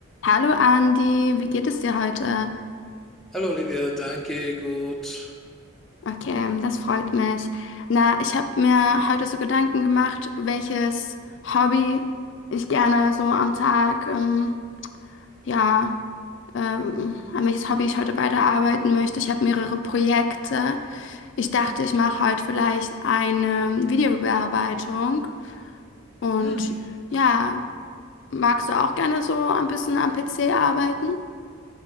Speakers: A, on the left (about 60°); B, in the centre.
A: Hallo Andi, wie geht es dir heute?
B: Hallo Olivia, danke, gut.
A: Okay, das freut mich. Na, ich habe mir heute so Gedanken gemacht, welches Hobby ich gerne so am Tag, ähm, ja, ähm, an welches Hobby ich heute weiterarbeiten möchte. Ich habe mehrere Projekte. Ich dachte, ich mache heute vielleicht eine Videobearbeitung. Und
B: Hm.
A: ja, magst du auch gerne so ein bisschen am PC arbeiten?